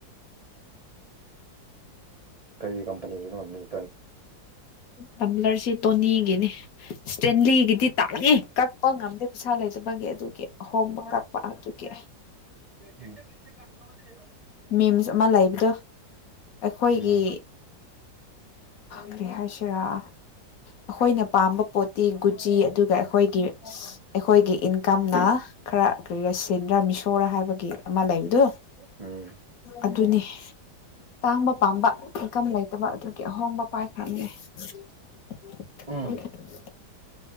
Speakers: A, on the right; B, on the left.
A: ꯀꯔꯤ ꯀꯝꯄꯅꯤꯒꯤꯅꯣ ꯃꯤꯜ
B: ꯇꯝꯕ꯭ꯂꯔ ꯁꯤ ꯇꯣꯅꯤꯒꯤꯅꯤ ꯏꯁꯇꯦꯟꯂꯤꯒꯤꯗꯤ ꯇꯥꯛꯉꯦ ꯀꯛꯄ ꯉꯝꯗꯦ ꯄꯩꯁꯥ ꯂꯩꯗꯕꯒꯤ ꯑꯗꯨꯒꯤ꯫ ꯑꯍꯣꯡꯕ ꯀꯛꯄ ꯑꯗꯨꯒꯤ꯫
A: <unintelligible>
B: ꯃꯤꯝꯁ ꯑꯃ ꯂꯩꯕꯗꯣ ꯑꯩꯈꯣꯏꯒꯤ,
A: ꯎꯝ
B: ꯀ꯭ꯔꯤ ꯍꯥꯏꯁꯤꯔ, ꯑꯩꯈꯣꯏꯅ ꯄꯥꯝꯕ ꯄꯣꯠꯇꯤ ꯒꯨꯠꯖꯤ ꯑꯗꯨꯒ ꯑꯩꯈꯣꯏꯒꯤ ꯑꯩꯈꯣꯏꯒꯤ ꯏꯟꯀꯝꯅ ꯈꯔ ꯀꯔꯤꯔꯥ ꯁꯦꯟꯗ꯭ꯔꯥ ꯃꯤꯁꯣꯔꯣꯔꯥ ꯍꯥꯏꯕꯒꯤ ꯑꯃ ꯂꯩꯕꯗꯣ
A: ꯎꯝ
B: ꯑꯗꯨꯅꯤ꯫ ꯇꯥꯡꯕ ꯄꯥꯝꯕ ꯏꯟꯀꯝ ꯂꯩꯇꯕ ꯑꯗꯨꯒꯤ ꯑꯍꯣꯡꯕ ꯎꯄꯥꯏ ꯈꯔꯝꯅꯦ꯫ <inaudible>
A: ꯎꯝ